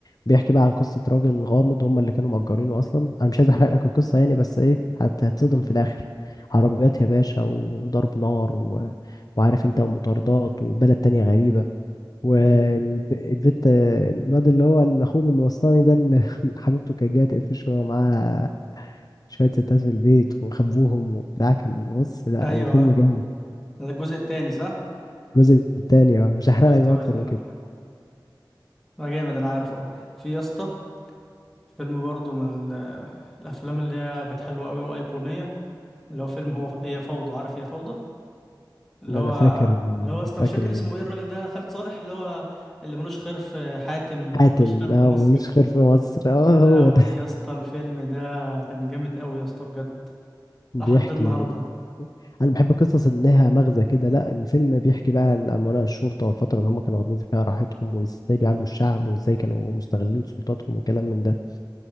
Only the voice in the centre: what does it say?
ايوه
ايوه
ده الجزء التاني صح
شفتوش
ده
لا
ما جامد انا عارف اه في يا اسطى فيلم برضه من ال- الافلام اللي هي كانت حلوة قوي وايقونية اللي هو فيلم هو هي فوضى عارف هي فوضى اللي
هو
اللي هو اصلا
مش فاكر اسمه ايه الراجل ده خالد صالح اللي هو اللي ملوش خير في حاتم
ملوش خير في
مصر
يا لهوي
يا اسطى الفيلم ده كان جامد قوي يا اسطى بجد
لحد النهارده